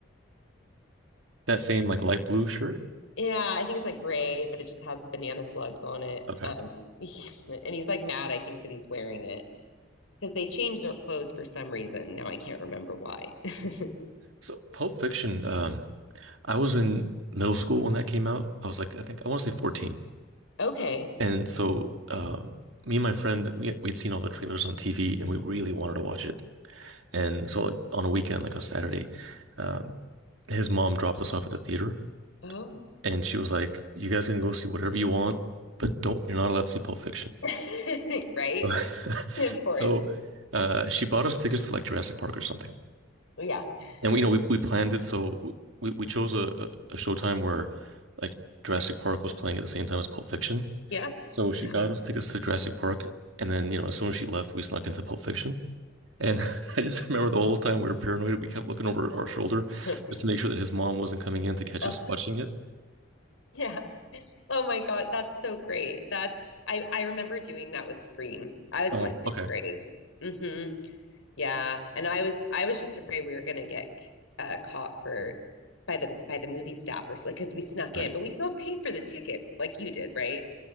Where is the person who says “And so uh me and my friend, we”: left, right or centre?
Right